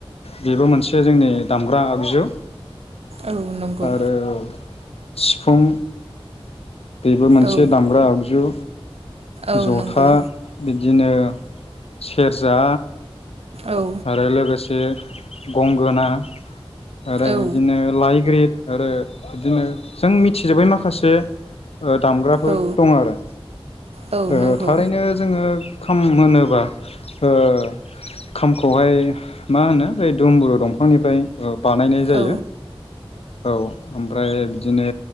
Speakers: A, on the left (about 75°); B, on the right (about 80°).
A: बेबो मोनसे जोंनि दामग्रा आगजु
B: औ नंगौ
A: आरो सिफुं बेबो मोनसे
B: औ
A: दामग्रा आगजु
B: औ
A: जथा
B: नंगौ
A: बिदि दिनो सेरजा
B: औ
A: आरो लोगोसे गंगोना आरो
B: औ
A: बिदिनो लाइग्रिद आरो बिदिनो जों मिथिजोब्बै माखासे ओ दामग्राफोर
B: औ
A: दं आरो
B: औ
A: ओ
B: नंगौ
A: थारैनो जोङो खाम होनोबा ओ खामखौहाय मा होनो ओइ दुमबुरु दंफांनिफ्राय बानायनाय जायो
B: औ
A: औ आमफ्राय बिदिनो